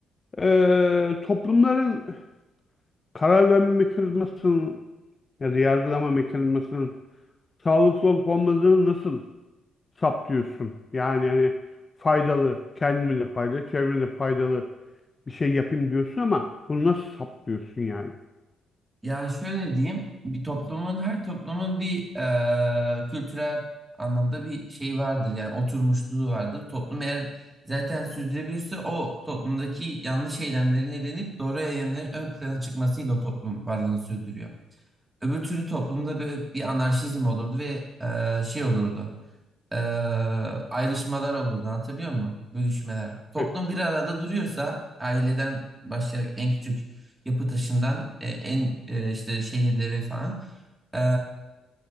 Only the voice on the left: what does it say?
Ee, toplumların karar verme mekanizmasının ya da yargılama mekanizmasının sağlıklı olup olmadığını nasıl saptıyorsun? Yani hani faydalı, kendime de faydalı, çevreme de faydalı bir şey yapayım diyorsun ama bunu nasıl saptıyorsun yani?
E,